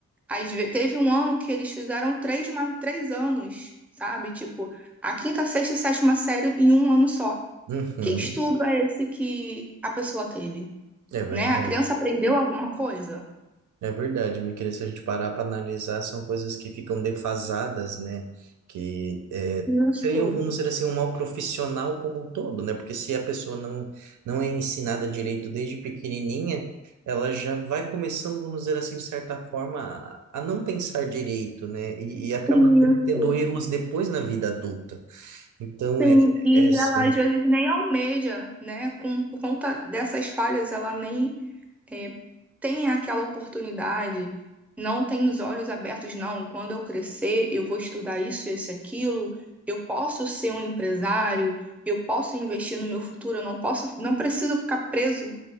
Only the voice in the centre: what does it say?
Às ve- teve um ano que eles fizeram três, ma- três anos, sabe? Tipo, a quinta, sexta e sétima série em um ano só.
Que estudo é esse que a pessoa teve?
Né? A criança aprendeu alguma coisa?
Isso,
isso.
Sim,
e
ela
às vezes nem almeja, né? Com, por conta dessas falhas, ela nem é, tem aquela oportunidade, não tem os olhos abertos, não. Quando eu crescer, eu vou estudar isso, esse, aquilo, eu posso ser um empresário, eu posso investir no meu futuro, eu não posso, não preciso ficar preso